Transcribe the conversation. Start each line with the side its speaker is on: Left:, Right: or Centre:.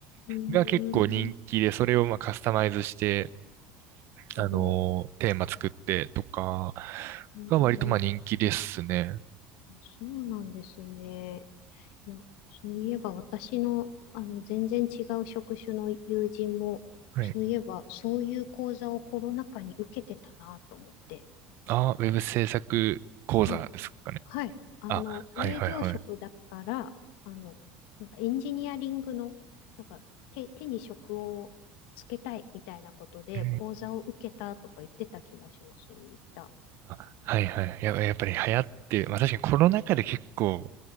Left: うーん。
Right: が結構人気で、
Left: なる
Right: それをまあカスタマイズして、
Left: ほど。
Right: あの、テーマ作ってとか
Left: うーん。
Right: が割とまあ人気ですね。
Left: そうなんですね。いや、そういえば私の、あの、全然違う職種の友人も、
Right: はい。
Left: そういえば、そういう講座をコロナ禍に受けてたなと思って。
Right: あ、ウェブ制作講座ですかね。
Left: はい。はい。あの、
Right: あ、はいはいはい。
Left: 営業職だから、あの、なんかエンジニアリングの、なんか手、手に職をつけたいみたいなことで講座を受けたとか言ってた気がします。
Right: うん
Left: そういった。
Right: あ、はいはい。や、やっぱり流行って、まあ確かにコロナ禍で結構